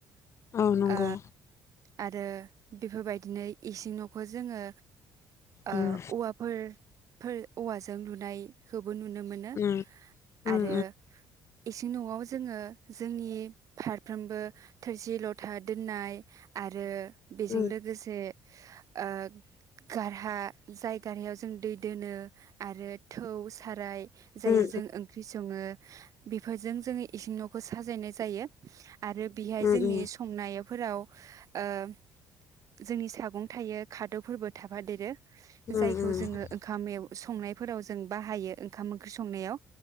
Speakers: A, on the left; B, on the right.
A: औ नंगौ।
B: ओ आरो बेफोरबायदिनो इसिं न'खौ जोङो ओ
A: उम
B: औवाफोर फोर औवाजों लुनायखौ बो नुनो मोनो
A: उम उम
B: आरो इसिं न'आव जोङो जोंनि फारफ्रोमबो थोरसि- लथा दोननाय आरो बेजों
A: उम
B: लोगोसे ओ गारहा जाय गारहायाव जों दै दोनो आरो थौ साराय जाययाव
A: उम
B: जों ओंख्रि सङो। बेफोरजों जोङो इसिं न'खौ साजायनाय जायो। आरो बेहाय
A: उम
B: जोंनि
A: उम
B: संनायाव फोराव ओ जोंनि सागं थायो खादौफोरबो थाफादेरो जायखौ
A: उम उम
B: जोङो ओंखाम संनाय फोराव जों बाहायो ओंखाम ओंख्रि संनायाव